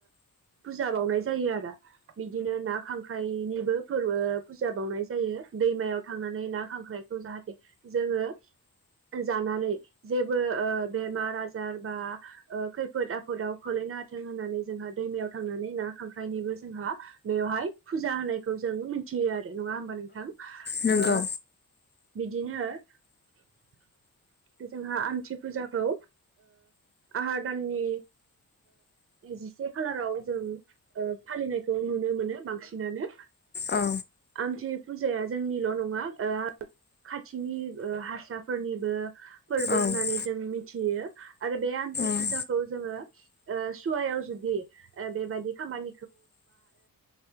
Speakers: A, on the right; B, on the left.
A: फुजा बावनाय जायो आरो बिदिनो ना खांख्राइनिबो फोरबो फुजा बावनाय जायो दैमायाव थांनानै ना खांख्रायखौ जाहाथे जोङो जानानै जेबो बेमार आजार बा खैफोद आफोदाव खोलै जखयाथों होननानै जोंहा दैमायाव थांनानै ना खांख्रायनिबो जोंहा बेवहाय फुजा होनायखौ जों मिथियो आरो नङा होमबा नोंथां
B: नोंगौ
A: ओ बिदिनो आरो जोंहा आमथि फुजाखौ आहार दाननि जिसे खालाराव जों फालिनायखौ नुनो मोनो बांसिनानो
B: औ
A: आमथि फुजाया जोंनि ल' नङा खाथिनि हारसाफोरनिबो फोरबो
B: औ
A: होननानै जों मि आरो बे आमथि
B: औ
A: फुजाखौ जोङो सुवायाव जुदि बेबायदि खालाम